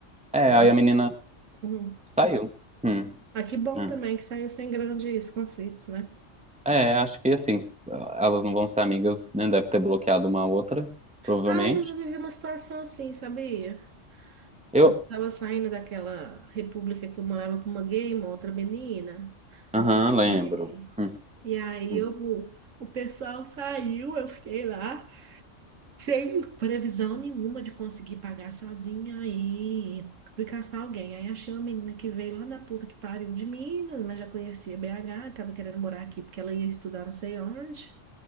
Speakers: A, in the centre; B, on the right.
A: É,
B: Tá?
A: aí a menina
B: Uhum.
A: saiu. Hum,
B: Ah, que bom
A: é.
B: também que saiu sem grandes conflitos, né?
A: É, acho que assim, elas não vão ser amigas, né? Deve ter bloqueado uma a outra, provavelmente.
B: Ah, eu já vivi uma situação assim, sabia?
A: Eu,
B: Quando eu tava saindo daquela república que eu morava com uma gay, uma outra menina.
A: aham, lembro.
B: É.
A: Hum,
B: E aí
A: hum,
B: eu, o pessoal saiu, eu fiquei lá, sem previsão nenhuma de conseguir pagar sozinha. Aí fui caçar alguém. Aí achei uma menina que veio lá da puta que pariu de Minas, mas já conhecia BH, tava querendo morar aqui porque ela ia estudar não sei onde.